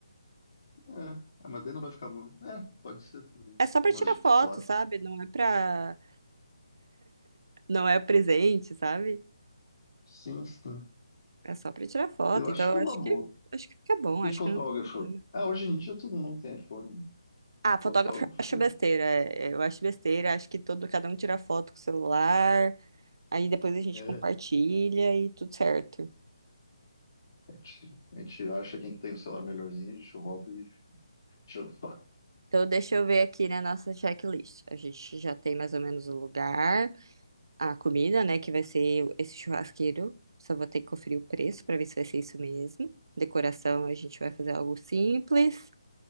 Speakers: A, on the left; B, on the right.
A: É, Ah, mas daí não vai ficar muito. É, pode ser também.
B: É só pra
A: Mas
B: tirar
A: de
B: foto,
A: plástico.
B: sabe? Não é pra... não é presente, sabe?
A: Sim, sim.
B: É só pra tirar foto.
A: Eu acho
B: Então
A: que
B: eu
A: é
B: acho
A: uma boa.
B: que acho que fica bom,
A: E
B: acho
A: fotógrafo?
B: que não tem problema.
A: Ah, hoje em dia todo mundo tem iPhone, né?
B: Ah, fotógrafo
A: Fotógrafo.
B: eu acho besteira. é, é, Eu acho besteira, acho que todo cada um tira foto com o celular, aí depois a gente
A: É,
B: compartilha e tudo certo.
A: A gente, a gente acha quem que tem o celular melhorzinho, a gente rouba e tira foto.
B: Então, deixa eu ver aqui na nossa checklist. A gente já tem mais ou menos o lugar, a comida, né, que vai ser esse churrasqueiro. Só vou ter que conferir o preço para ver se vai ser isso mesmo. Decoração, a gente vai fazer algo simples.